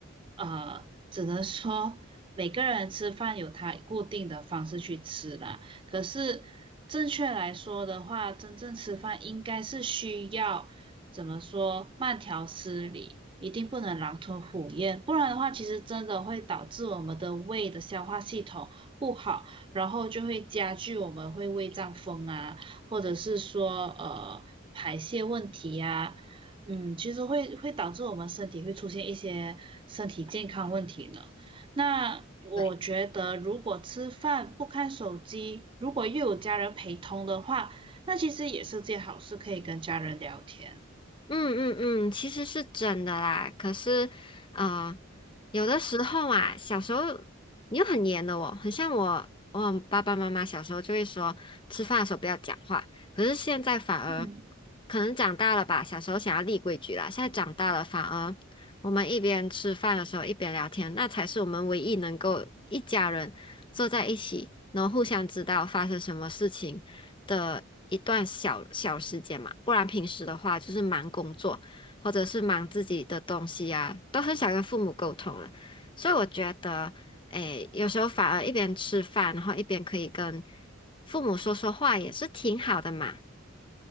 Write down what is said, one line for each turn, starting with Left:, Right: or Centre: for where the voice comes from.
Right: 呃，只能说每个人吃饭有他固定的方式去吃啦。可是正确来说的话，真正吃饭应该是需要怎么说，慢条斯理，一定不能狼吞虎咽，不然的话，其实真的会导致我们的胃的消化系统不好，然后就会加剧我们会胃胀风啊。或者是说呃排泄问题呀、嗯，其实会会导致我们身体会出现一些身体健康问题的。那我觉得，
Left: 对。
Right: 如果吃饭不看手机，如果又有家人陪同的话，那其实也是件好事，可以跟家人聊天。
Left: 嗯嗯嗯，其实是真的啦。可是，呃，有的时候啊，小时候你又很严的哦，很像我，我爸爸妈妈小时候就会说，吃饭的时候不要讲话。可是现在反而
Right: 嗯。
Left: 可能长大了吧，小时候想要立规矩啦，现在长大了反而我们一边吃饭的时候一边聊天，那才是我们唯一能够一家人坐在一起，然后互相知道发生什么事情。的一段小小时间嘛，不然平时的话就是忙工作或者是忙自己的东西啊，都很少跟父母沟通了。所以我觉得，诶，有时候反而一边吃饭，然后一边可以跟父母说说话，也是挺好的嘛。